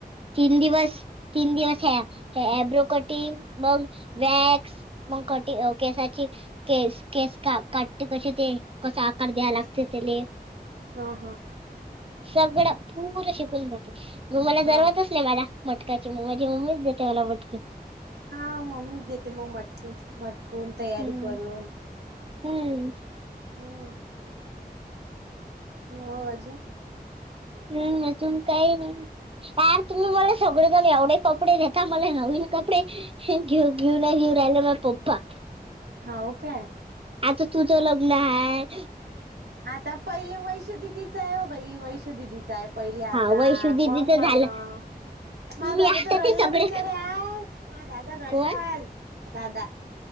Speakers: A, on the right; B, on the right.
A: तीन दिवस तीन दिवस ह ऐब्रो कटिंग, मग वॅक्स मग कटींग अ केसाची. केस केस का काटते कसे ते, कसा आकार द्यायला
B: हा
A: लागते त्याले.
B: हा हा.
A: सगळं पूर शिकून घेते, तू मला
B: हा
A: जरुरतच नाही मला. मटकाची माझी मम्मीच देते मला मटक.
B: हा मम्मीच देते मग मटकून, मटकून तयारी
A: हम्म
B: करून.
A: हम्म.
B: हम्म मग अजून?
A: हम्, अजून काही नाही. यार तुम्ही मला सगळेजण एवढे कपडे घेता, मला नवीन कपडे घेऊ घेऊ ना घेऊ राहिलं माय पप्पा.
B: हाव काय?
A: आता तुझ लग्न हाय.
B: आता पहिले वैशू दिदीच, बाई वैशुदीदीचा आहे पहिले आता
A: हा वैशू दिदीचं
B: मग. माला.
A: झालं
B: मा
A: मी
B: दादा
A: आता
B: तर रडला
A: ते सगळे
B: बिचारा आज, मा दादा रडला
A: कोण
B: आज दादा.